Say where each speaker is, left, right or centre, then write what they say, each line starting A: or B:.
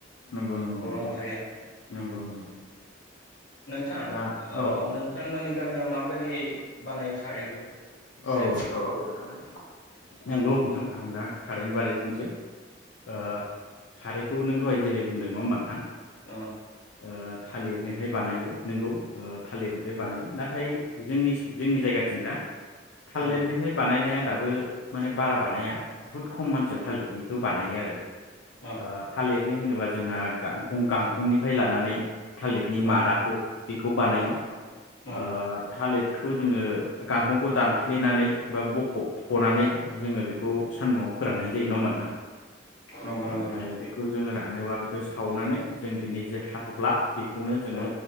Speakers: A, on the left; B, on the left.
A: नंगौ नंगौ
B: बर'
A: नोंथां
B: माहारिया
A: नंगौ नंगौ
B: नोंथां
A: दा
B: अ
A: औ
B: नोंथांमोननि गामियाव माबायदि बानायो खारैखौ। एसे
A: औ
B: बुंनो
A: नोंथां
B: हागोन ना?
A: नंगौ नोंथां आं दा खारैनि बारै बुंनोसै ओ खारैखौ नों दहाय जेरै बुंदों नङा होमबा नोंथां
B: औ
A: ओ थालिरनिफ्राय बानायो नोंगौ थालिरनिफ्राय बानायो नाथाय जोंनि जोंनि जायगाथिं जा। थालिरनिफ्राय
B: औ
A: बानायनाया दाबो माने बारा बानाया। बुहुत खम मानसिया थालिरनिखौ बानायो आरो
B: औ
A: ओ थालिरनि होनोबा जों जोंहा गांंखं-गांखंनिफ्राय लानानै थालिरनि
B: औ
A: मादाखौ बेखौ बानायो
B: औ औ
A: ओ थालिर जोङो गांखंखौ दान फ्लेनानै बा बख' फनानै जोङो बेखौ सान्दुंआव फोराननाय जायो नङा होमबा नोंथां।
B: नंगौ नंगौ
A: ओमफ्राय
B: नोंथां
A: बेखौ जोङो रानोबा बे खो सावनानै जों बिनि जे हाथ'फ्ला बेखौनो जोङो
B: औ